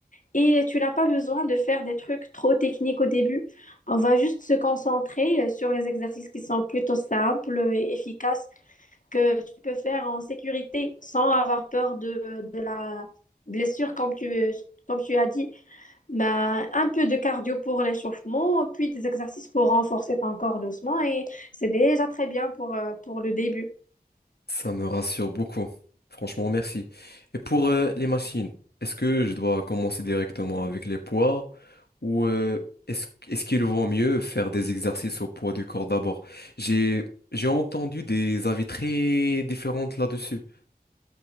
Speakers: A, on the left (about 50°); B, on the left (about 80°).
A: Et tu n'as pas besoin de faire des trucs trop techniques au début. On va juste se concentrer euh, sur les exercices qui sont plutôt simples et efficaces que tu peux faire en sécurité sans avoir peur de, de la blessure, comme tu, comme tu as dit. Ben, un peu de cardio pour l'échauffement, puis des exercices pour renforcer ton corps doucement. Et c'est déjà très bien pour, euh, pour le début.
B: Ça me rassure beaucoup. Franchement, merci. Et pour euh, les machines, est-ce que je dois commencer directement avec les poids ou euh, est-ce est-ce qu'il vaut mieux faire des exercices au poids du corps d'abord? J'ai j'ai entendu des avis très différents là-dessus.